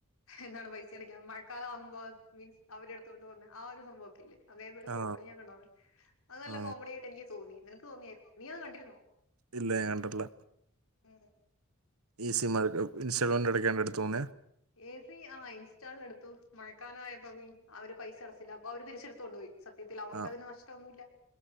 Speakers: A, on the left; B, on the right.
A: എന്താണ് പൈസ അടക്കാ മഴക്കാലം ആകുമ്പോ മീൻസ് അവര് അടുത്തോണ്ട് വന്ന് ആ ഒരു സംഭവം ഒക്കെയില്ലേ അതേതൊരു
B: ആ
A: കോമഡി ഞാൻ കണ്ടാണ് അത് നല്ല
B: ആ
A: കോമഡി ആയിട്ട് എനിക്ക് തോന്നി നിനക്ക് തോന്നിയാരുന്നോ നീ അത് കണ്ടിരുന്നോ
B: ഇല്ല ഞാൻ കണ്ടിട്ടില്ല
A: ഉം
B: ഈ സി ഇൻസ്റ്റാൾമെന്റ് അടക്കേണ്ടെടുത്തൂന്ന്
A: എ സി ആ ഇൻസ്റ്റാൾ എടുത്തു മഴക്കാലം ആയപ്പോ അവര് പൈസ അടച്ചില്ല അപ്പൊ അവര് തിരിച്ചെടുത്തോണ്ട് പോയി സത്യത്തിൽ അവർക്കതിന്
B: ആ
A: നഷ്ടം ഒന്നുല്ല